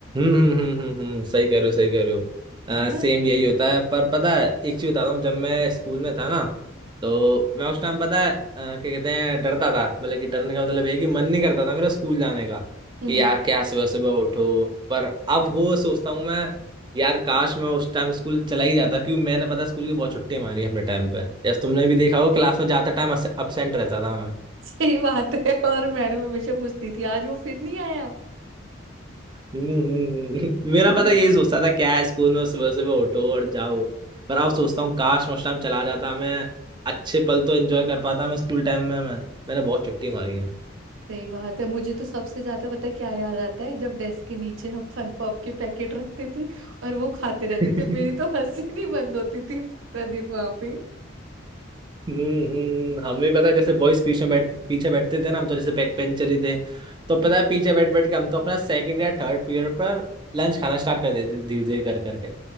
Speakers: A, on the right; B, on the right.
A: हम्म हम्म हम्म हम्म, सही कह रहे हो सही कह रहे हो
B: है ना
A: सेम यही होता है पर पता है एक चीज बताता हूँ जब मैं स्कूल में था ना तो मैं उस टाइम पता है अ, क्या कहते हैं डरता था मतलब कि डरने का मतलब ये है कि मन नहीं करता था मेरा स्कूल जाने का
B: हम्म
A: कि यार क्या सुबह सुबह उठो पर अब वो सोचता हूँ मैं यार काश मैं उस टाइम स्कूल चला ही जाता क्योंकि मैंने पता स्कूल की बहुत छुट्टी मारी है अपने टाइम पे जैसे तुमने भी देखा हो क्लास में जाते टाइम अब्सेंट रहता था
B: सही बात है और मैडम हमेशा पूछती थी आज वो फिर नहीं आया
A: हम्म, हम्म, हम्म।
B: <laughs>
A: मेरा पता यही सोचता था क्या है स्कूल में सुबह सुबह उठो और जाओ पर अब सोचता हूँ काश उस टाइम चला जाता मैं अच्छे पल तो एंजॉय कर पाता मैं स्कूल टाइम में मैं मैंने बहुत छुट्टी मारी है
B: सही बात है मुझे तो सबसे ज्यादा पता है क्या याद आता है जब डेस्क के नीचे हम फन पॉप के पैकेट रखते थे और वो खाते रहते
A: <laughs>
B: थे मेरी तो हंसी नहीं बंद होती थी पूरा दिन वहां पे
A: हम्म हम्म, हमें पता है जैसे बॉयज पीछे बैठ पीछे बैठते थे ना हम तो जैसे बैक पेंचर ही थे तो
B: हम्म
A: पता है पीछे बैठ बैठ के हम तो अपना सेकंड या थर्ड पीरियड पर लंच खाना स्टार्ट कर देते थे धीरे धीरे कर करके